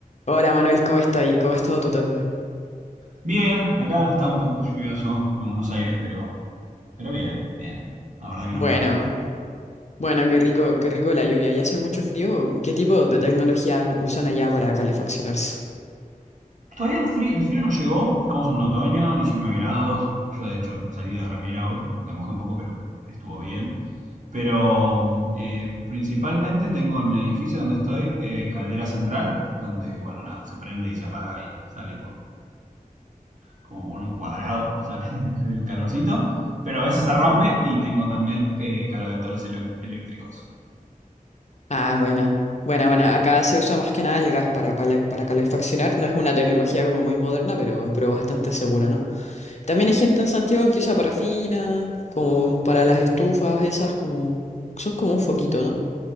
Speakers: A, on the left; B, on the right.
A: Hola Manuel, ¿cómo está ahí? ¿Cómo ha estado tu tarde?
B: Bien, acá está un poco lluvioso en Buenos Aires, pero, pero bien, bien. La verdad que
A: Bueno,
B: no me mojé tanto.
A: bueno, qué rico, qué rico la lluvia. ¿Ya hace mucho frío? ¿Qué tipo de tecnología usan allá para calefaccionarse?
B: Todavía el frío, el frío no llegó, estamos en un otoño, 19 grados. Yo de hecho salí de remera hoy, me mojé un poco, pero estuvo bien. Pero eh, principalmente tengo en mi edificio donde estoy eh, caldera central, donde, bueno, nada, se prende y se apaga y sale por como por un cuadrado, <laughs> sale el calorcito, pero a veces se rompe y tengo también eh, caloventores elec- eléctricos.
A: Ah, buena, buena, buena. Acá se usa más que nada el gas para, para, para calefaccionar. No es una tecnología como muy moderna, pero, pero bastante segura, ¿no? También hay gente en Santiago que usa parafina, como para las estufas, esas como... Son como un foquito, ¿no?